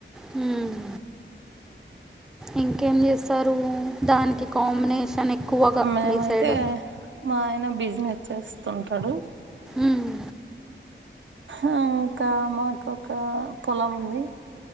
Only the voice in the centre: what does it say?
మ్మ్ ఇంకేం చేస్తారు దానికి కాంబినేషన్ ఎక్కువగా
మీ సైడ్
మ్మ్,